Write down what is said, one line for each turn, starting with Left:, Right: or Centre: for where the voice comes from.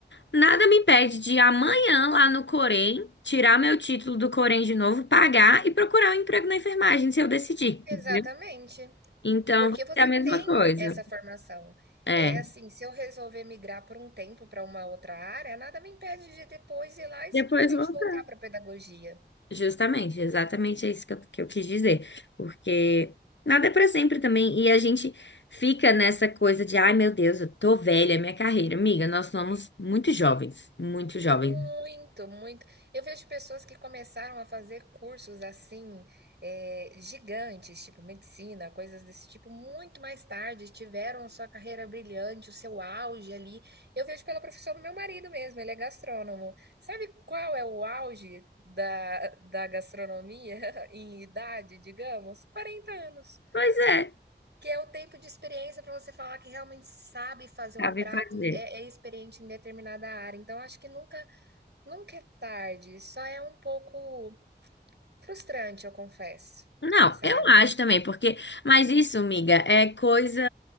Left: nada me impede de amanhã lá no Corém tirar meu título do Corém de novo, pagar e procurar um emprego na enfermagem se eu decidir.
Right: Exatamente,
Left: entendeu? Então,
Right: porque
Left: vai
Right: você
Left: ser a mesma
Right: tem
Left: coisa.
Right: essa formação.
Left: É.
Right: É assim, se eu resolver migrar por um tempo para uma outra área, nada me impede de depois ir lá e
Left: Depois
Right: simplesmente
Left: volta.
Right: voltar para a pedagogia.
Left: Justamente, exatamente é isso que eu, que eu quis dizer. Porque nada é pra sempre também. E a gente fica nessa coisa de, ai meu Deus, eu tô velha, minha carreira. Amiga, nós somos muito jovens, muito jovens.
Right: Muito, muito. Eu vejo pessoas que começaram a fazer cursos assim, eh, gigantes, tipo medicina, coisas desse tipo, muito mais tarde, tiveram sua carreira brilhante, o seu auge ali. Eu vejo pela profissão do meu marido mesmo, ele é gastrônomo. Sabe qual é o auge da, da gastronomia <laughs> em idade, digamos? quarenta anos.
Left: Pois é,
Right: Que é o tempo de experiência para você falar que realmente sabe fazer
Left: sabe
Right: um prato,
Left: fazer.
Right: é, é experiente em determinada área. Então, acho que nunca Nunca é tarde, só é um pouco frustrante, eu confesso,
Left: Não,
Right: sabe.
Left: eu acho também, porque. Mas isso, miga, é coisa